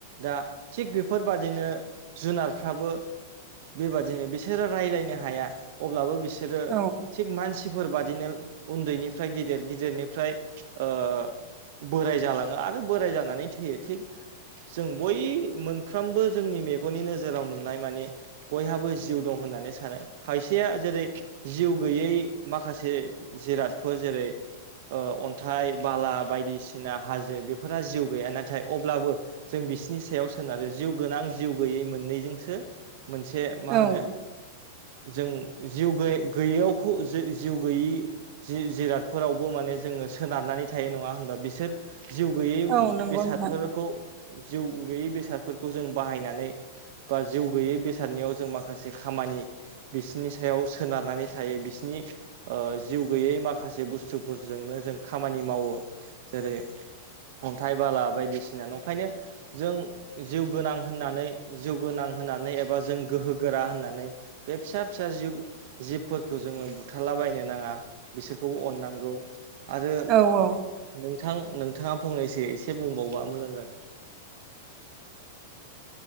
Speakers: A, on the right (about 60°); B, on the right (about 40°).
A: दा थिग बे बेफोरबादिनो जुनारफ्राबो बेबादिनो बिसोरो रायलायनो हाया अब्लाबो बिसोरो
B: औ
A: थिग मानसि फोर बादिनो उन्दैनिफ्राय गिदिर गिदिरनिफ्राय ओ बोराय जालाङो आरो बोराय जानानै थैयो थिग जों बय- मोनफ्रोमबो जोंनि मेगननि नोजोराव नुनाय माने बयहाबो जिउ दं होननानै सानो खायसेया जेरै जिउ गैयै माखासे जिरादफोर जेरै ओ अन्थाइ बाला बायदि सिना हाजो बेफोरा जिउ गैया नाथाय अब्लाबो जों बिसनि सायाव सोन आरो जिउ गोनां जिउ गैयै मोननैजोंसो मोनसे मा
B: औ
A: होनो जों जिउ गै गैयैयावखौ जो जि-जिउ गैयि जि-जिरादफोरावबो माने जोङो सोनारनानै थायो नङा होनबा बिसोर जिउ गैयै
B: औ नंगौ
A: बेसादफोर
B: नोंथां
A: खौ जिउ गैयै बेसादफोरखौ जों बाहायनानै बा जिउ गैयै बेसादनिआव जों माखासे खामानि बिसिनि सायाव सोनारनानै थायो बिसिनि ओ जिउ गैयै माखासे बुस्थुफोरजोंनो जों खामानि मावो जेरै अन्थाइ बाला बायदिसिना नंखायनो जों जिउ गोनां होननानै जिउगोनां होनानै एबा जों गोहोगोरा होननानै बे फिसा फिसा जिउ जिबफोरखौ जोङो बुथारला बायनो नाङा बिसोरखौबो अननांगौ आरो
B: औ औ
A: नोंथां नोंथाङा फंनैसो एसे बुंबावबा मोजां जागोन।